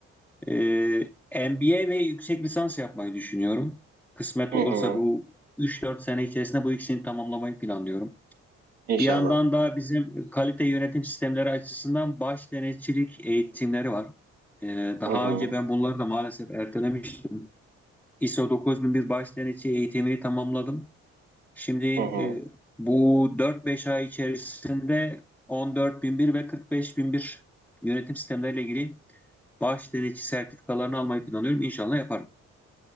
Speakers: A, in the centre; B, on the right.
A: Ee, MBA ve yüksek lisans yapmayı düşünüyorum. Kısmet
B: hı
A: olursa
B: hı,
A: bu üç dört sene içerisinde bu ikisini tamamlamayı planlıyorum.
B: İnşallah.
A: Bir yandan da bizim kalite yönetim sistemleri açısından baş denetçilik eğitimleri var. Ee, daha
B: Hı hı,
A: önce ben bunları da maalesef ertelemiştim. ISO 9001 baş denetçi eğitimini tamamladım. Şimdi
B: hı hı.
A: e, bu dört beş ay içerisinde 14.001 ve 45.001 yönetim sistemleriyle ilgili baş denetçi sertifikalarını almayı planlıyorum. İnşallah yaparım.